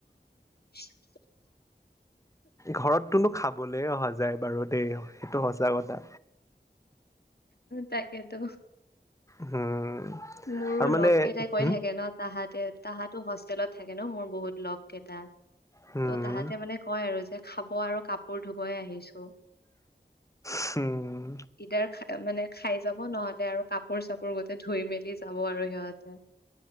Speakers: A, on the left; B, on the left.
A: <unintelligible>
B: ঘৰতনো খাব বলে অহা যায় বাৰু দেই সেইটো সঁচা কথা
A: তাকেটো
B: উম
A: মোৰো
B: আৰু মানে
A: লগ কেইটাই কৰি
B: হম
A: থাকে ন তাহাতে তাহাতো হোষ্টেলত থাকে ন মোৰ বহুত লগ কেইটা
B: হম
A: ত' তাহাতে মানে কয় আৰু যে খাব আৰু কাপোৰ ধুবাই আহিছো
B: হম
A: ইঈদাৰ খ <unintelligible> মানে খাই যাব নহলে আৰু কাপোৰ চাপোৰ গোতে ধুই মেলি যাব আৰু সিহতে